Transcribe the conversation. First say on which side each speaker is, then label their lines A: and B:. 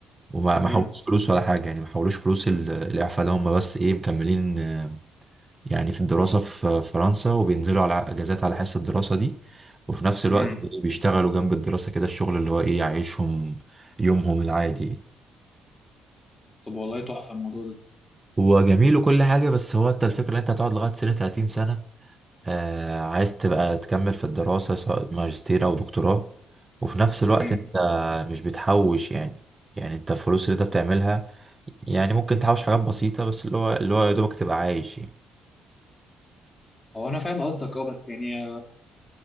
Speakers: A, on the right; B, on the left.
A: وما ما
B: امم
A: حولوش فلوس ولا حاجه يعني ما حولوش فلوس ال- الاعفاء ده هم بس ايه مكملين يعني في الدراسة في فرنسا وبينزلوا على أجازات على حس الدراسة دي وفي نفس الوقت
B: امم
A: بيشتغلوا جنب الدراسة كده الشغل اللي هو إيه يعيشهم يومهم العادي
B: طب والله تحفه الموضوع ده
A: هو جميل وكل حاجة بس هو أنت الفكرة إن أنت هتقعد لغاية سنة 30 سنة آه عايز تبقى تكمل في الدراسة سواء ماجستير أو دكتوراه وفي نفس الوقت
B: امم
A: أنت مش بتحوش يعني يعني أنت الفلوس اللي أنت بتعملها يعني ممكن تحوش حاجات بسيطة بس اللي هو اللي هو يا دوبك تبقى عايش يعني
B: هو انا فاهم قصدك اه بس يعني